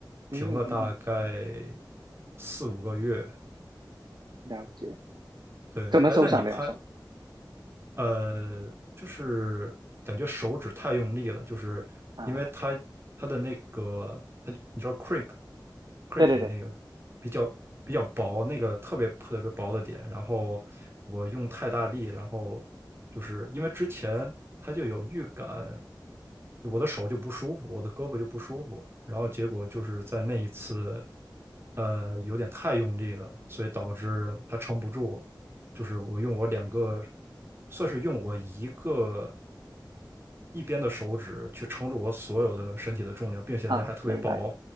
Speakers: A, on the right (about 65°); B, on the right (about 30°).
A: 嗯嗯嗯，
B: 停了大概四五个月。
A: 了解。
B: 对，
A: 怎么受伤的呀？
B: 哎，那你攀
A: 说
B: 呃，就是感觉手指太用力了，就是因为它它的那个它，
A: 啊，
B: 你知道 c r e e p c
A: 对对对
B: r e e p 的那个比较比较薄，那个特别特别薄的点，然后我用太大力，然后就是因为之前他就有预感，我的手就不舒服，我的胳膊就不舒服，然后结果就是在那一次，呃，有点太用力了，所以导致它撑不住，就是我用我两个，算是用我一个一边的手指去撑住我所有的身体的重量，并且那还特别薄，
A: 啊，明白。